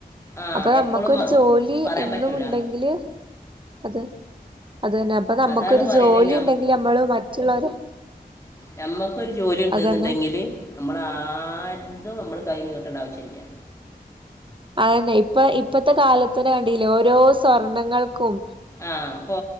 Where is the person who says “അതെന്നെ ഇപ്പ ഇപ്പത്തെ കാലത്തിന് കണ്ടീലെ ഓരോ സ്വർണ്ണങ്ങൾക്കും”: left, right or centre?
Right